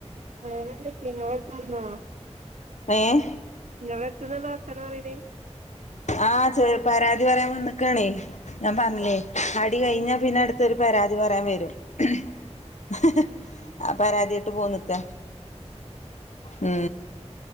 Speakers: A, on the right (about 85°); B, on the left (about 80°).
A: വെറെന്തോക്കെ <unintelligible>
B: ഏഹ്
A: ങ്ങളെ അടുത്ത്ന്നല്ലേ വർത്താനം പറയിണേ
B: ആ ചെ പരാതി പറയാൻ വന്ന്ക്കാണേ ഞാൻ പറഞ്ഞില്ലേ അടി കഴിഞ്ഞാ പിന്നെ അടുത്തൊരു പരാതി പറയാൻ വരും ഹി ഹി ആ പരാതിയായിട്ട് പോന്ന്ക്ക മ്